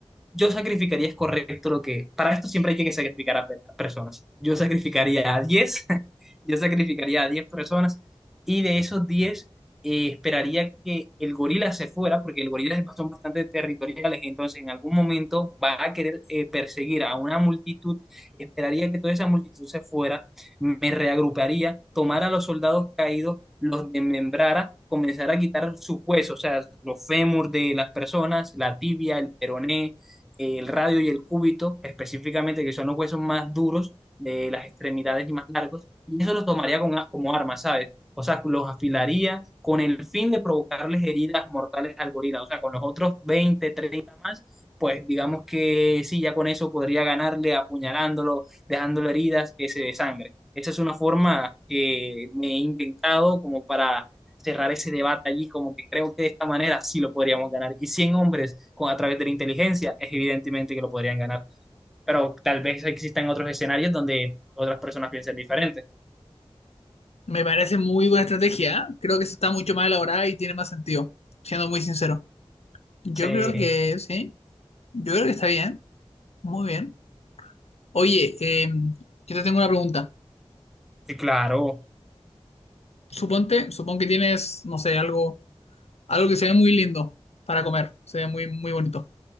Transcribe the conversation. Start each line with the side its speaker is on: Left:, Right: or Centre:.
Centre: yo sacrificaría, es correcto lo que, para esto siempre hay que sacrificar a, pe- a personas. Yo sacrificaría a 10 <laughs> yo sacrificaría a diez personas y de esos 10 eh, esperaría que el gorila se fuera, porque el gorila son bastante territoriales, entonces en algún momento va a querer eh, perseguir a una multitud, esperaría que toda esa multitud se fuera, me reagruparía, tomara a los soldados caídos, los desmembrara, comenzara a quitar sus huesos, o sea, los fémur de las personas, la tibia, el peroné, el radio y el cúbito, específicamente, que son los huesos más duros de las extremidades y más largos, y eso los tomaría con como arma, ¿sabes? O sea, los afilaría con el fin de provocarles heridas mortales al gorila. O sea, con los otros 20 30 más, pues digamos que sí, ya con eso podría ganarle apuñalándolo, dejándole heridas que se desangre. Esa es una forma que me he inventado como para cerrar ese debate allí, como que creo que de esta manera sí lo podríamos ganar. Y cien hombres con, a través de la inteligencia es evidentemente que lo podrían ganar. Pero tal vez existan otros escenarios donde otras personas piensen diferente.
Left: Me parece muy buena estrategia. ¿eh? Creo que esa está mucho más elaborada y tiene más sentido, siendo muy sincero. Yo
Centre: Sí,
Left: creo Sí. que sí, yo creo que está bien, muy bien. Oye, eh, yo te tengo una pregunta.
Centre: sí, claro,
Left: Suponte, supón que tienes, no sé, algo, algo que se ve muy lindo para comer, se ve muy, muy bonito